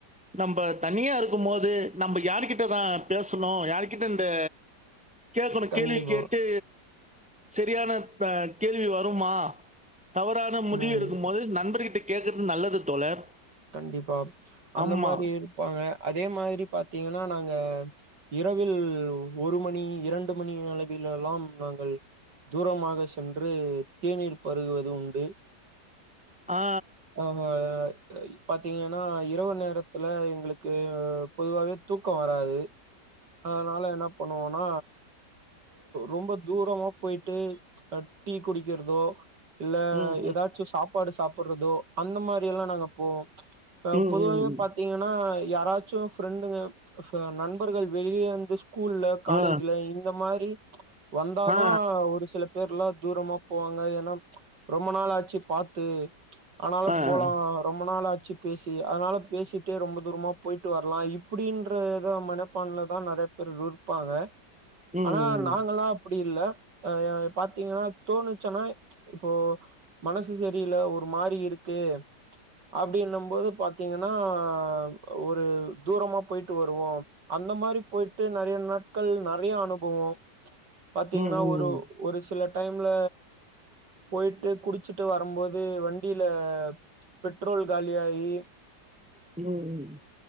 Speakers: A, in the centre; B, on the right (about 80°).
A: நம்ப தனியா இருக்கும் போது நம்ப யாருகிட்ட தான் பேசணும் யாருகிட்ட இந்த கேட்கணும்
B: கண்டிப்பா.
A: கேள்வி கேட்டு செரியான ஆ கேள்வி வருமா தவறான முடிவு
B: ம்.
A: இருக்கும் போது நண்பர்கிட்ட கேக்குறது நல்லது தோழர்
B: கண்டிப்பா அந்த
A: ஆமா
B: மாதிரி இருப்பாங்க அதே மாதிரி பாத்தீங்கன்னா நாங்க இரவில் ஒரு மணி இரண்டு மணி அளவிலெல்லாம் நாங்கள் தூரமாக சென்று தேநீர் பருகுவது உண்டு
A: ஆ
B: ஓஹ பாத்தீங்கன்னா இரவு நேரத்துல எங்களுக்கு பொதுவாவே தூக்கம் வராது ஆ நால என்ன பண்ணுவோ ன ரொம்ப தூரமா போயிட்டு டீ குடிக்கிறதோ இல்ல
A: ம்
B: ஏதாச்சு சாப்பாடு சாப் போடுறதோ அந்த மாரி எல்லாம் நாங்க போவோ
A: ம் ம் ம்
B: பொதுவாக
A: ம்.
B: பாத்தீங்கன்னா யாராச்சும் பிரண்டுக நண்பர்கள் வெளியே வந்து ஸ்கூல்ல காலேஜ்ல
A: ஆ
B: இந்த மாரி வந்தாதா
A: ஆ
B: ஒரு சில பேர் எலாம் தூரமா போவாங்க ஏன்னா ரொம்ப நாள் ஆச்சு பாத்து ஆனாலும்
A: ஆ
B: போலாம்
A: ஆ.
B: நாளாச்சு பேசி அதனால பேசிட்டே ரொம்ப தூரமா போயிட்டு வரலாம் இப்படின்ற இத மனப்பான்ல தான் நிறைய பேர் ப்பாங்க
A: ம்
B: ஆனா
A: ம்
B: நாங்கல்லாம் அப் அப்படி இல்ல ஆ பாத்தீங்கன்னா தோணுச்சன்னா இப்போ மனசு சரியில ஒரு மாரி இருக்கு அப்படினும்போது பாத்தீங்கன்னா ஆ ஒரு தூரமா போயிட்டு வருவோம் அந்த மாரி போயிட்டு நிறைய நாட்கள் நிறைய அனுபவம் பாத்தீங்கன்னா
A: ம் ம்
B: ஒரு ஒரு சில டைம்ல போயிட்டு குடிச்சுட்டு வரும்போது வண்டியில பெட்ரோல் காலி ஆயி
A: ம் ம்